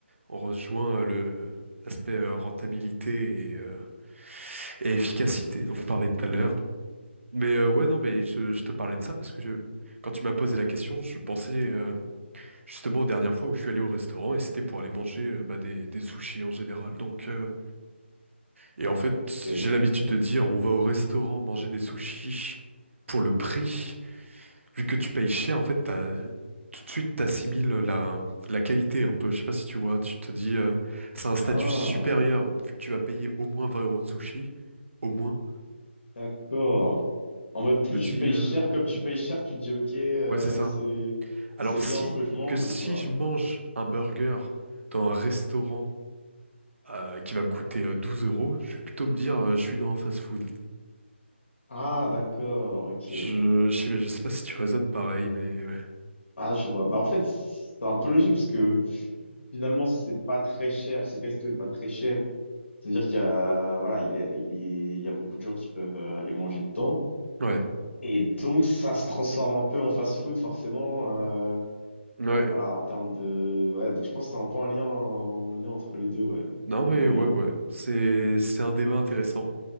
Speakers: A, on the right; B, on the left.
A: On rejoint le l'aspect euh, rentabilité et, euh, et efficacité dont on parlait tout à l'heure. Mais euh, ouais, non, mais je, je te parlais de ça parce que je, quand tu m'as posé la question, je pensais euh, justement aux dernières fois où je suis allé au restaurant et c'était pour aller manger euh, bah, des, des sushis en général. Donc euh, Et en fait,
B: Ok.
A: j'ai l'habitude de dire on va au restaurant manger des sushis pour le prix. Vu que tu payes cher, en fait, t'as, tout de suite, t'assimiles la, la qualité un peu. Je sais pas si tu vois, tu te dis euh, c'est un statut
B: Ah,
A: supérieur vu que tu vas payer au moins 20 euros de sushi. Au moins.
B: d'accord. En mode, plus
A: Je me
B: tu
A: dis
B: payes
A: euh,
B: cher, comme tu payes cher, tu te dis, ok, euh,
A: ouais, c'est ça.
B: c'est
A: Alors
B: c'est bien
A: si
B: ce que je mange,
A: que si
B: donc voilà.
A: je mange un burger dans un restaurant euh, qui va me coûter euh, 12 euros, je vais plutôt me dire euh, je suis dans un fast-food.
B: Ah, d'accord, ok.
A: Je, je sais, je sais pas si tu raisonnes pareil, mais ouais.
B: Ah, je vois. Bah, en fait, c'est un peu logique, parce que finalement, si c'est pas très cher, si le resto est pas très cher, c'est-à-dire qu'il y a, voilà, il est, il est- il y a beaucoup de gens qui peuvent euh, aller manger dedans.
A: Ouais,
B: Et donc, ça se transforme un peu en fast-food, forcément. euh,
A: Ouais,
B: Voilà, en termes de. Ouais, donc je pense que c'est un peu un lien, un lien entre les deux, ouais.
A: non
B: Il
A: mais
B: y a moyen.
A: ouais ouais, c'est c'est un débat intéressant.